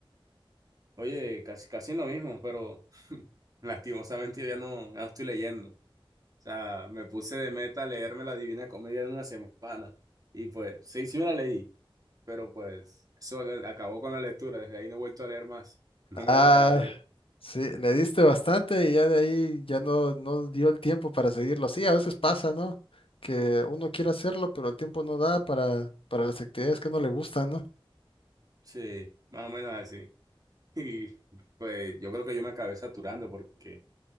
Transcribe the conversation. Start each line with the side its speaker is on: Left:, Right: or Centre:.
Right: Oye, casi, casi en lo mismo, pero <laughs> lastimosamente yo ya no, ya no estoy leyendo. O sea, me puse de meta leerme la Divina Comedia en una semana y pues sí, sí me la leí, pero pues eso a- acabó con la lectura, desde ahí no he vuelto a leer más, no me
Left: Ah,
Right: da para leer.
Left: sí, le diste bastante y ya de ahí ya no, no dio el tiempo para seguirlo. Sí, a veces pasa, ¿no? Que uno quiere hacerlo, pero el tiempo no da para, para las actividades que no le gustan, ¿no?
Right: Sí, más o menos así. <laughs> Y pues yo creo que yo me acabé saturando porque, o